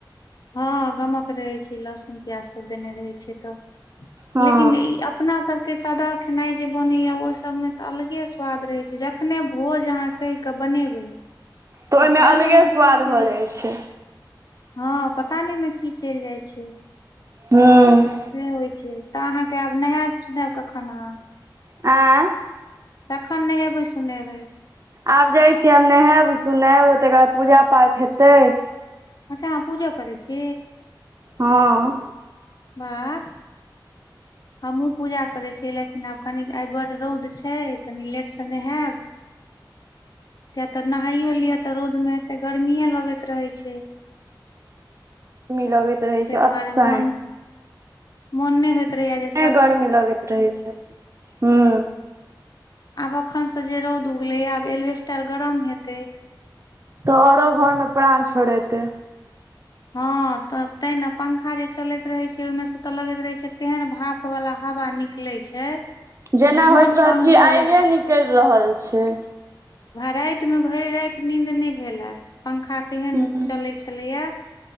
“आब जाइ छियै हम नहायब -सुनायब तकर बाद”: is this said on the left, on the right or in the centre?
Right